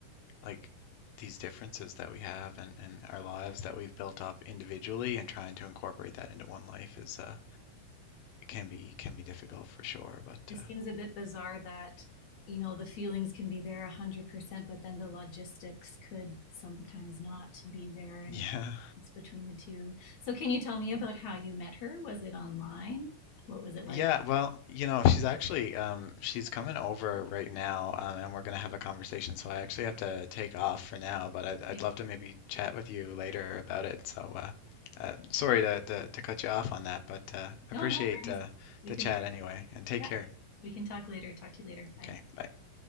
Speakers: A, on the left; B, on the left.
A: like these differences that we have and, and our lives that we've built up individually and trying to incorporate that into one life is uh can be can be difficult for sure but
B: It
A: uh,
B: seems a bit bizarre that, you know, the feelings can be there 100%, but then the logistics could sometimes not be there and
A: <laughs> yeah
B: it's between the two. So, can you tell me about how you met her? Was it online? What was it like?
A: Yeah, well, you know, she's actually um she's coming over right now, um, and we're gonna have a conversation. So I actually have to take off for now, but I'd I'd
B: Okay.
A: love to maybe chat with you later about it. So uh, uh sorry to, to to cut you off on that, but uh
B: No,
A: appreciate
B: no worries.
A: uh
B: We
A: the
B: can,
A: chat anyway, and take
B: yeah,
A: care.
B: we can talk later. Talk to you later.
A: Okay,
B: Bye.
A: bye.